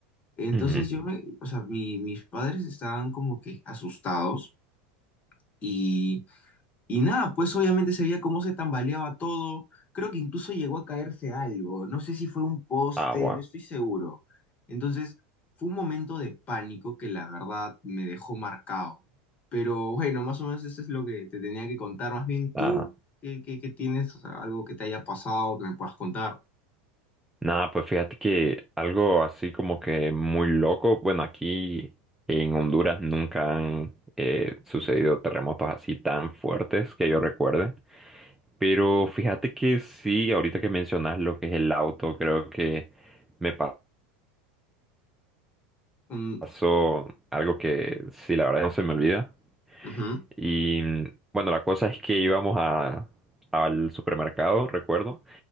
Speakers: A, on the left; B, in the centre.
A: Entonces
B: Ujú.
A: yo me, o sea, mi- mis padres estaban como que asustados y y nada, pues obviamente se veía cómo se tambaleaba todo. Creo que incluso llegó a caerse algo. No sé si fue un poste,
B: Ah, bueno.
A: no estoy seguro. Entonces, fue un momento de pánico que la verdad me dejó marcado. Pero bueno, más o menos eso es lo que te tenía que contar. Más bien tú,
B: Ah.
A: ¿qué, qué- qué tienes? O sea, algo que te haya pasado que me puedas contar.
B: Nada, pues fíjate que algo así como que muy loco, bueno, aquí en Honduras nunca han eh, sucedido terremotos así tan fuertes que yo recuerde, pero fíjate que sí, ahorita que mencionas lo que es el auto, creo que me pa-
A: Mm,
B: pasó algo que sí, la verdad no se me olvida.
A: ujú.
B: Y mm, bueno, la cosa es que íbamos a, al supermercado, recuerdo,